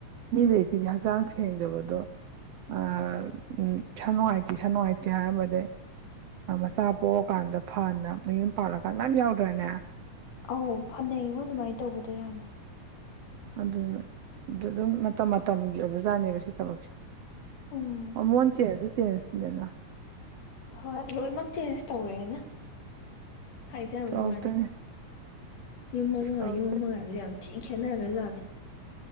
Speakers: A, on the right; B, on the left.
A: ꯃꯤ ꯂꯩꯁꯤꯗ ꯍꯛꯆꯥꯡ ꯁꯦꯡꯗꯕꯗꯣ ꯑ ꯎ ꯏꯁꯅꯨꯉꯥꯏꯇ‌ꯦ ꯏꯁꯅꯨꯉꯥꯏꯇ ꯍꯥꯏꯝꯕꯗꯤ ꯃꯆꯥ ꯄꯣꯛꯑꯀꯥꯟꯗ ꯐꯅ ꯃꯌꯨꯝ ꯄꯥꯜꯂꯛꯑꯀꯥꯟꯗ ꯃꯌꯥꯝ ꯌꯥꯎꯗ꯭ꯔꯦꯅꯦ
B: ꯑꯧ ꯐꯅꯩꯡꯉꯣ ꯑꯗꯨꯃꯥꯏꯅ ꯇꯧꯕꯗꯣ ꯌꯥꯝꯃꯦ
A: ꯑꯗꯨꯗꯨꯅ ꯑꯗꯨ ꯑꯗꯨꯝ ꯃꯇꯝ ꯃꯇꯝꯒꯤ ꯑꯣꯏꯕꯖꯥꯠꯅꯦꯕ ꯁꯤ ꯊꯕꯛꯁꯦ
B: ꯎꯝ
A: ꯍꫭꯔꯜꯃꯣꯟ ꯆꯦꯜꯁꯨ ꯆꯦꯟꯅ ꯅꯤꯗꯅ
B: ꯍꯣꯏ ꯂꯣꯏꯅꯃꯛ ꯆꯦꯟꯖ ꯇꯧꯔꯛꯑꯦꯅ ꯍꯥꯏꯖꯕꯩ
A: ꯇꯧꯔꯛꯇꯣꯏꯅꯦ
B: ꯋꯥꯅꯤ ꯌꯨꯝ ꯑꯃꯒ
A: ꯑꯁ
B: ꯌꯨꯝ ꯑꯃꯒ ꯍꯥꯏꯕꯁꯦ ꯌꯥꯝ ꯊꯤ ꯈꯦꯠꯅꯈ꯭ꯔꯖꯥꯠꯅꯤ